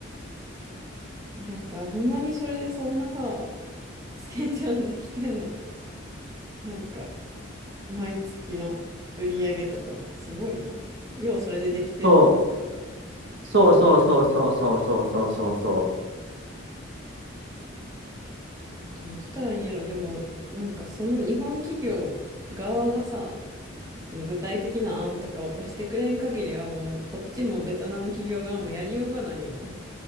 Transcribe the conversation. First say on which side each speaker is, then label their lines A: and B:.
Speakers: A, on the right (about 15°); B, on the right (about 60°).
A: なんか、ほんまにそれでそんなさ、成長できてんのなんか、毎月の売り上げとか、すごいの。要はそれでできてん。
B: そう。
A: い
B: そうそうそうそうそうそうそうそうそう。
A: や、どうしたらいいんやろ。でも、なんかその日本企業側がさ、その具体的な案とかを出してくれん限りはもう、こっちもベトナム企業側もやりようがないよな。